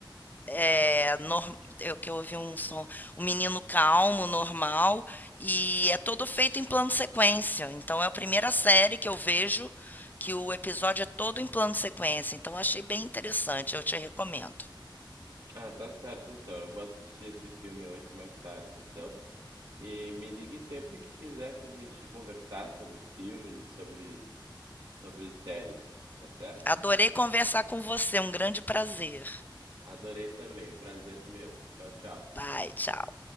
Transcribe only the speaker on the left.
é, norm- eu que eu ouvi um som, um menino calmo, normal, e é todo feito em plano sequência. Então é a primeira série que eu vejo que o episódio é todo em plano sequência. Então achei bem interessante, eu te recomendo.
Adorei conversar com você, um grande prazer.
Bye, tchau.